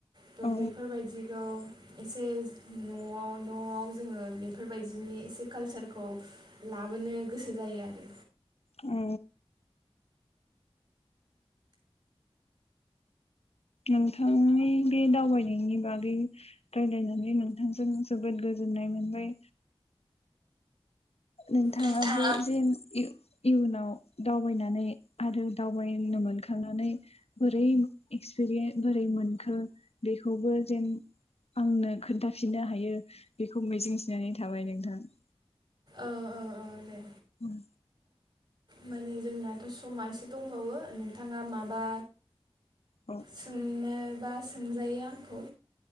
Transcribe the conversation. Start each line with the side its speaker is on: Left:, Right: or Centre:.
Right: थ'
Left: औ
Right: बेफोरबायदिखौ एसे न'आव न'आव जोङो बेफोरबायदिनि एसे कालचारखौ लाबोनो गोसो जायो आरो
Left: औ नोंथांनि बे दावबायनायनि बागै राय्लायनानै नोंथांजों जोबोद गोज मोनबाय नोंथाङाबो
Right: नोंथाङा
Left: जे इयुनाव दावबायनानै आरो दावबायनो मोनखांनानै बोरै एक्सप बोरै मोनखो बेखौबो जेन आंनो खोन्थाफिननो हायो बेखौ मिजिं थिनानै थाबाय नोंथां।
Right: ओ ओ ओ दे।
Left: उम।
Right: माने जोंनाथ समा एसे दंबावो नोंथांङा माबा।
Left: औ
Right: सोंनोबा सोंजायो आंखौ।